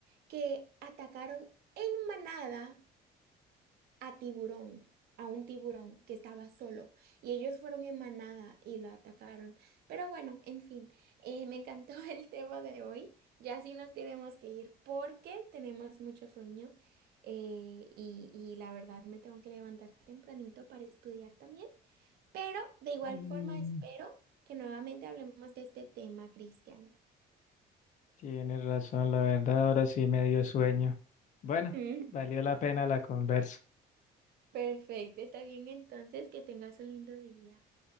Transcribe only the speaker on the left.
Mm,
Tienes razón, la verdad, ahora sí me dio sueño. Bueno,
valió la pena la conversa.